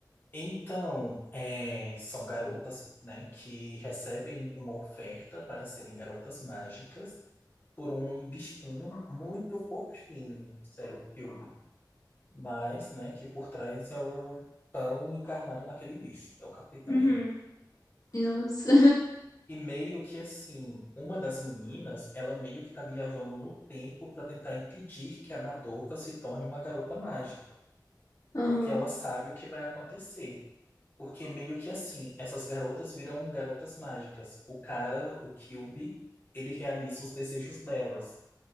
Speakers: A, on the left; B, on the left.
A: Então, é, são garotas, né, que recebem uma oferta para serem garotas mágicas por um bichinho muito fofinho, Serukyu, mas, né, que por trás é o pão encarnado naquele bicho, é o capeta
B: Uhum.
A: mesmo.
B: Nossa.
A: E meio que assim, uma das meninas, ela meio que tá viajando no tempo para tentar impedir que a Madoka se torne uma garota mágica,
B: Aham.
A: porque ela sabe o que vai acontecer. Porque meio que assim, essas garotas viram garotas mágicas. O cara, o Kyuubi, ele realiza os desejos delas.